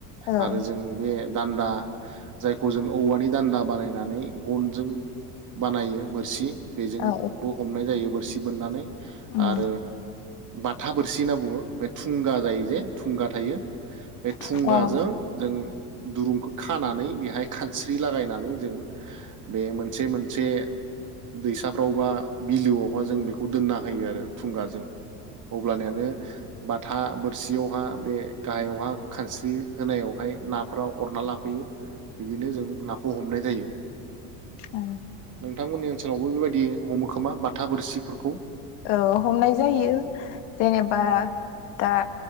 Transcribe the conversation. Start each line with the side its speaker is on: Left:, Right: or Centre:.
Left: औ
Right: आरो जों बे दान्दा जायखौ जों औवानि दान्दा बानायनानै गनजों बानायो बोरसि बेजोंबो
Left: औ
Right: हमनाय जायो बोरसि मोननानै
Left: उम
Right: आरो बाथा बोरसि होनना बुङो बे थुंगा जायो जे थुंगा थायो बे थुंगाजों
Left: अ औ औ
Right: जों दुरुंखौ खानानै बेहाय खानस्रि लागायनानै जों बे मोनसे मोनसे दैसाफ्रावबा बिलोआवहा जों बेखौ दोनना होयो आरो फुंगाजों अब्लानियानो बाथा बोरसियावहा बे गाहायावहा खानस्रि होनायावहाय नाफोरा अरना लाफैयो बिदिनो जों नाखौ हमनाय जायो।
Left: औ
Right: नोंथांमोननि ओनसोलावबो बेबायदि हमोखोमा बाथा बोरसिफोरखौ।
Left: औ हमनाय जायो जेनेबा दा